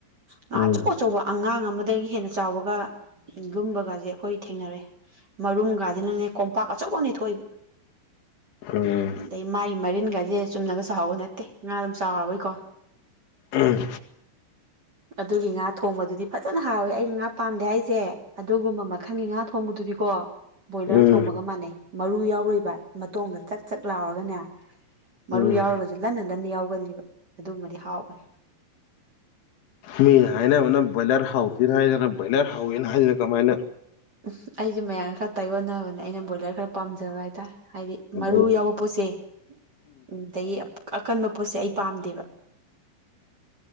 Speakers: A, on the right (about 25°); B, on the left (about 80°).
A: ꯉ
B: ꯎꯝ
A: ꯑꯆꯧ ꯑꯆꯧꯕ ꯑꯉꯥꯡ ꯑꯃꯗꯒꯤ ꯍꯦꯟꯅ ꯆꯥꯎꯕꯒ ꯂꯨꯝꯕꯒꯁꯦ ꯑꯩꯈꯣꯏ ꯊꯦꯡꯅꯔꯦ ꯃꯔꯨꯝꯒꯁꯤꯅꯅꯦ ꯀꯣꯝꯄꯥꯛ ꯑꯆꯧꯕꯅꯦ ꯊꯣꯛꯏꯕ
B: ꯎꯝ
A: ꯑꯗ ꯃꯥꯏ ꯃꯔꯤꯅꯒ ꯁꯤꯦ ꯆꯨꯝꯅꯒ ꯁꯥꯍꯧꯕ ꯅꯠꯇꯦ ꯉꯥ ꯑꯗꯨꯝ ꯆꯥꯎꯔꯣꯏꯀꯣ
B: ꯎꯝ
A: ꯑꯗꯨꯒꯤ ꯉꯥ ꯊꯣꯡꯕꯗꯨꯗꯤ ꯐꯖꯅ ꯍꯥꯎꯋꯦ ꯑꯩꯅ ꯉꯥ ꯄꯥꯝꯗꯦ ꯍꯥꯏꯁꯦ ꯑꯗꯨꯒꯨꯝꯕ ꯃꯈꯜꯒꯤ ꯉꯥ ꯊꯣꯡꯕꯗꯨꯗꯤ ꯀꯣ ꯕꯣꯏꯂꯔ
B: ꯎꯝ
A: ꯊꯣꯡꯕꯒ ꯃꯥꯟꯅꯩ ꯃꯔꯨ ꯌꯥꯎꯔꯣꯏꯕ ꯃꯇꯣꯡꯗ ꯆꯥꯛ ꯆꯥꯛ ꯂꯥꯎꯔꯒꯅꯦ ꯃꯔꯨ
B: ꯎꯝ
A: ꯌꯥꯎꯔꯒꯁꯨ ꯂꯟꯅ ꯂꯟꯅ ꯌꯥꯎꯒꯅꯤꯕ ꯑꯗꯨꯃꯗꯤ ꯍꯥꯎꯈꯅꯤ
B: ꯃꯤꯅ ꯍꯥꯏꯅꯕꯅ ꯕꯣꯏꯂꯔ ꯍꯥꯎꯇꯦ ꯍꯥꯏ ꯅꯪꯅ ꯕꯣꯏꯂꯔ ꯍꯥꯎꯋꯦꯅ ꯍꯥꯏꯁꯤꯅ ꯀꯃꯥꯏꯅ
A: ꯎꯝ ꯑꯩꯁꯦ ꯃꯌꯥꯝꯒ ꯈꯔ ꯇꯥꯏꯌꯣꯟꯅꯕꯅꯦ ꯑꯩꯅ ꯕ꯭ꯔꯣꯏꯂꯔ ꯈꯔ ꯄꯥꯝꯖꯕ ꯍꯥꯏꯇꯥꯔꯦ ꯍꯥꯏꯗꯤ
B: ꯎꯝ
A: ꯃꯔꯨ ꯌꯥꯎꯕ ꯄꯣꯠꯁꯦ ꯎꯝ ꯑꯗꯩ ꯑꯀꯟꯕ ꯄꯣꯠꯁꯦ ꯑꯩ ꯄꯥꯝꯗꯦꯕ